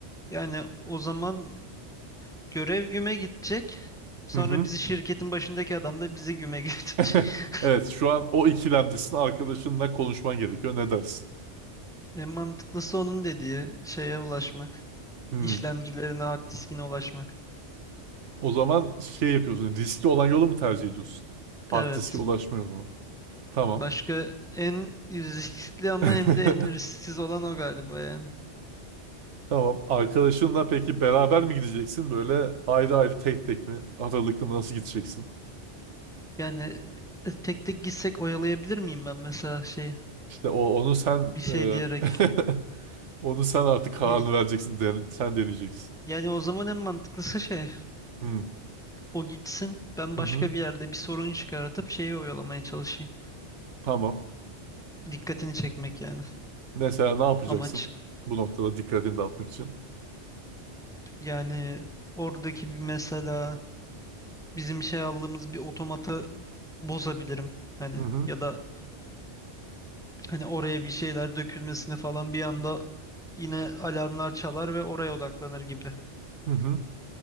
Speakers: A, in the centre; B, on the right.
A: Yani o zaman görev güme gidecek. Sonra
B: Hı hı.
A: bizi şirketin başındaki adam da bizi güme götürecek.
B: <laughs>
A: <laughs>
B: Evet, şu an o ikilemdesin. Arkadaşınla konuşman gerekiyor. Ne dersin?
A: En mantıklısı onun dediği şeye ulaşmak.
B: Hmm.
A: İşlemcilerine, hard diskine ulaşmak.
B: O zaman şey yapıyorsun. Riskli olan yolu mu tercih ediyorsun? Hard
A: Evet.
B: diske ulaşma yolunu. Tamam.
A: Başka en riskli ama
B: <laughs>
A: hem de en risksiz olan o galiba yani.
B: Tamam. Arkadaşınla peki beraber mi gideceksin? Böyle ayrı ayrı tek tek mi? Aralıklı mı? Nasıl gideceksin?
A: Yani e, tek tek gitsek oyalayabilir miyim ben mesela şey
B: İşte o onu sen
A: bir şey
B: e,
A: diyerek
B: <laughs> onu sen artık kararını
A: bir
B: vereceksin. den- sen deneyeceksin.
A: yani o zaman en mantıklısı şey
B: Hı,
A: O gitsin. Ben
B: hı
A: başka
B: hı.
A: bir yerde bir sorun çıkartıp şeyi oyalamaya çalışayım.
B: Tamam.
A: Dikkatini çekmek yani
B: Mesela ne yapacaksın?
A: amaç.
B: Bu noktada dikkatini dağıtmak için.
A: Yani oradaki bir mesela bizim şey aldığımız bir otomatı bozabilirim. Hani
B: Hı hı.
A: ya da hani oraya bir şeyler dökülmesini falan bir anda yine alarmlar çalar ve oraya odaklanır gibi.
B: Hı hı.